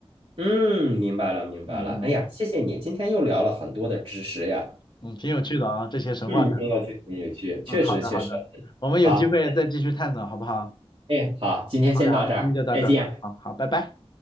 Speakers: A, on the right (about 50°); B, on the left (about 45°).
A: 嗯，明白了，明白了。
B: 嗯嗯
A: 哎呀，谢谢你，今天又聊了很多的知识呀。
B: 嗯，挺有趣的啊，这些神话传说。
A: 嗯，挺有趣，挺有趣，确实确实。
B: 嗯，好的好的，我们有机会再继续探讨，
A: 好，
B: 好不好？
A: 哎，好，今天先到这儿，
B: 嗯，好嘞好嘞，今天就到这儿，
A: 再见。
B: 嗯好好，拜拜。